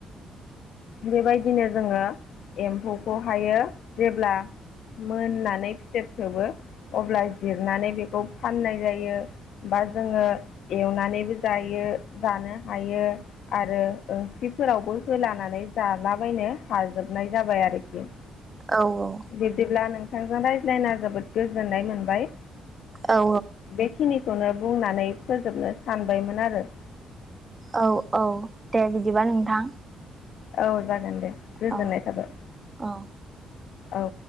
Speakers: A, on the left; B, on the right.
A: बेबायदिनो जोङो एम्फौखौहायो जेब्ला मोननानै फिथोब थोबो अब्ला जिरनानै बेखौ फाननाय जायो बा जोङो एवनानैबो जायो जानो हायो आरो ओंख्रिफोरावबो होलानानै जालाबायनो हाजोबनाय जाबाय आरोखि
B: औ औ
A: बिदिब्ला नोंथांजों रायज्लायना जोबोद गोजोननाय मोनबाय
B: औ
A: बेखिनिखौनो बुंनानै फोजोबनो सानबायमोन आरो
B: औ औ दे बिदिबा नोंथां
A: औ जागोन दे गोजोननाय
B: औ
A: थाबाय
B: औ
A: औ